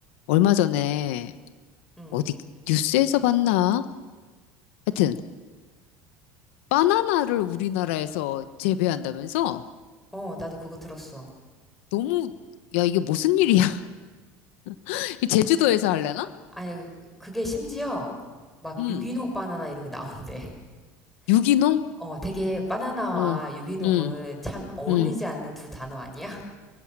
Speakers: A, on the left; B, in the centre.
A: 얼마 전에
B: 응.
A: 어디 뉴스에서 봤나? 하여튼 바나나를 우리나라에서 재배한다면서?
B: 어, 나도 그거 들었어.
A: 너무 야 이게 무슨 일이야? <laughs> 제주도에서 할래나?
B: 아니, 그게 심지어 막
A: 응.
B: 유기농 바나나 이런 게 나온대.
A: 유기농?
B: <laughs> 어, 되게 바나나와
A: 어.
B: 유기농은
A: 응.
B: 참 어울리지
A: 응.
B: 않는 두 단어 아니야? <laughs>